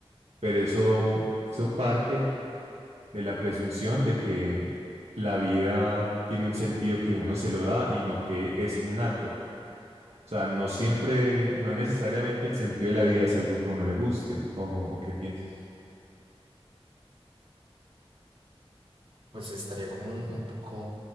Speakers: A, on the right; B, on the right.
A: pero eso, eso parte de la presunción de que la vida tiene un sentido que uno se lo da y no que es innato. O sea, no siempre, no necesariamente el sentido de la vida es algo que a uno le guste o, o qué piensas.
B: Pues estaría como un poco